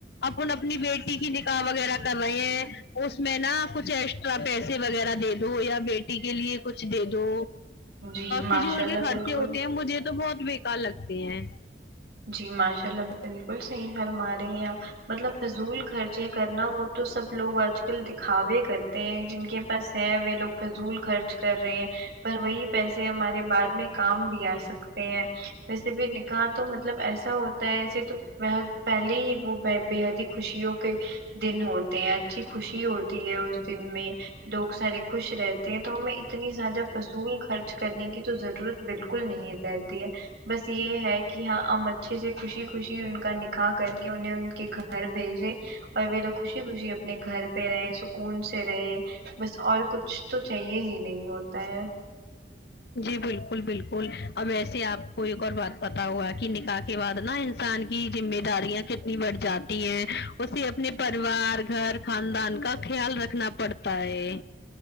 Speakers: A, on the left; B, on the right.
A: اپن اپنی بیٹی کی نکاح وغیرہ کر رہے ہیں اس اس میں نا کچھ ایکسٹرا پیسے وغیرہ دے دو یا بیٹی کے لیے کچھ دے دو
B: جی ماشاء
A: فضول
B: اللہ
A: کے خرچے
B: بالکل
A: ہوتے ہیں مجھے تو بہت بےکار لگتی ہیں
B: جی ماشاء اللہ باجی بالکل صحیح فرما رہی ہیں مطلب فضول خرچے کرنا وہ تو سب لوگ آجک ل دکھاوے کرتے ہیں جن کے پاس ہے وہ لوگ فضول خرچ کر رہے ہیں پر وہی پیسے ہمارے بعد میں کام بھی آ سکتے ہیں ویسے بھی نکاح تو مطلب ایسا ہوتا ہے ایسے تو بےحد پہلے ہی وہ بےحد ہی خوشیوں کے دن ہوتے ہیں اچھی خوشی ہوتی ہے اس دن میں لوگ سارے خوش رہتے تو ہمیں اتنی زیادہ فصول خرچ کرنے کی تو ضرورت بالکل نہیں رہتی ہے بس یہ ہے کہ ہاں ہم اچھے سے خوشی خوشی ان کا نکاح کریں کہ انیں ان کے گھر بھیجے اور وہ لوگ خوشی خوشی اپنے گھر پہ رہے سکون سے رہے بس اور کچھ تو چاہیے ہی نہیں ہوتا ہے
A: جی بالکل بالکل اب ایسے آپ کو ایک اور بات پتا ہوا کہ نکاح کے بعد نا انسان کے کی ذمہ داریاں کتنی بڑھ جاتی ہیں اسے اپنے پریوار گھر خاندان کا خیال رکھنا پڑتا ہے